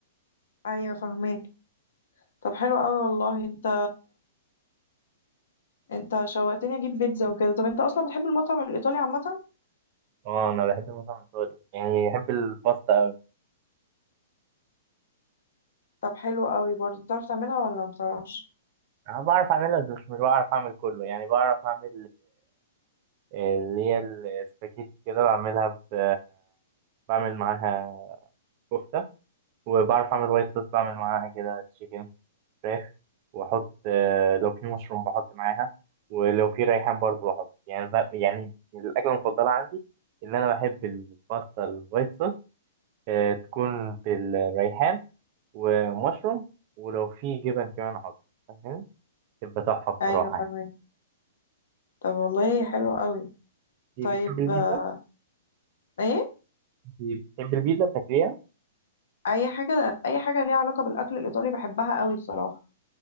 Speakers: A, on the left; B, on the right.
A: ايوه فاهمه طب حلو قوي والله انت انت شوقتني اجيب بيتزا وكده طب انت اصلا بتحب المطعم الايطالي عامه
B: اه أنا بحب المطعم الإيطالي يعني بحب الباستا أوي
A: طب حلو قوي برضه بتعرف تعملها ولا ما بتعرفش
B: أنا بعرف أعملها بس مش بعرف أعمل كله يعني بعرف أعمل اللي هي السباكيت كده بعملها ب... بعمل معاها كفتة وبعرف أعمل وايت صوص بعمل معاها كده تشيكن فراخ وأحط آه، لو في مشروم بحط معاها ولو في ريحان برضو بحط يعني ب... يعني الأكلة المفضلة عندي إن أنا بحب الباستا الوايت صوص آه، تكون بالريحان ومشروم ولو في جبن كمان أحط فاهم تبقى تحفة بصراحة
A: ايوه
B: يعني
A: فاهمك طب والله حلو قوي
B: دي
A: طيب
B: بتحب البيتزا؟
A: آه، ايه
B: دي بتحب البيتزا بتاكليها؟
A: اي حاجه اي حاجه ليها علاقه بالاكل الايطالي بحبها قوي بصراحه